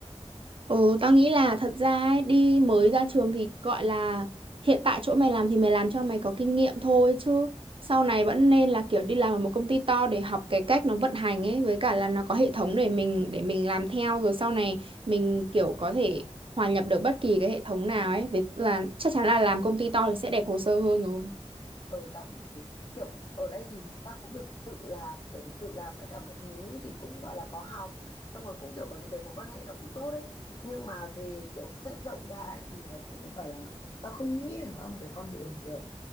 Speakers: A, on the right; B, on the left.
A: Ừ, tao nghĩ là thật ra ấy, đi mới ra trường thì gọi là hiện tại chỗ mày làm thì mày làm cho mày có kinh nghiệm thôi chứ sau này vẫn nên là kiểu đi làm ở một công ty to để học cái cách nó vận hành ấy với cả là nó có hệ thống để mình để mình làm theo rồi sau này mình kiểu có thể hòa nhập được bất kỳ cái hệ thống nào ấy với là chắc chắn là làm công ty to thì sẽ đẹp hồ sơ hơn rồi.
B: ừ tạm như thế kiểu ở đây thì ta cũng được tự làm kiểu được tự làm tất cả mọi thứ thì cũng gọi là có học xong rồi cũng kiểu có những cái mối quan hệ nó cũng tốt đấy nhưng mà về kiểu xét rộng ra ấy, thì nó cũng không phải là ta không nghĩ là nó là một cái con đường kiểu